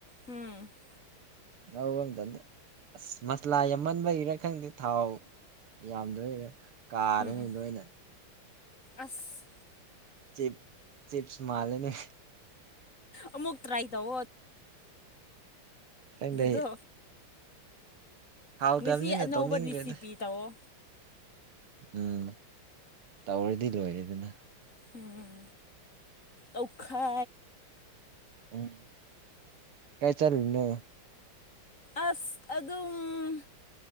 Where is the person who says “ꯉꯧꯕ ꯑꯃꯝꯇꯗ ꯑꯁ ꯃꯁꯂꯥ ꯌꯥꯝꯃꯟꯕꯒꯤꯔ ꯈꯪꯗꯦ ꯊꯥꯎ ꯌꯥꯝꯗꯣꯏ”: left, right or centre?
Right